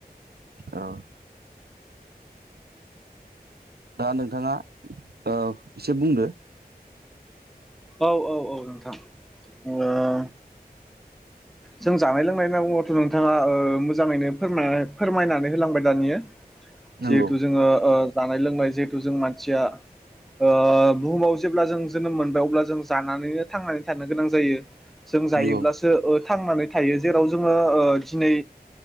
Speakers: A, on the right; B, in the centre.
A: औ। दा नोंथाङा ओ एसे बुंदो।
B: औ औ औ नोंथां। ओ जों जानाय लोंनाय होनना बुङोबाथ नोंथाङा ओ मोजाङैनो फोर फोरमायनानै होलांबाय दानिया।
A: नंगौ
B: जिहेथु जोङो ओ जानाय लोंनाय जिहेथु जों मानसिया ओ बुहुमाव जेब्ला जों जोनोम मोनबाय अब्ला जों जानानैनो थांनानै थानो गोनां जायो। जों जायोब्लासो
A: नंगौ
B: ओ थांनानै थायो जेराव जोङो ओ दिनै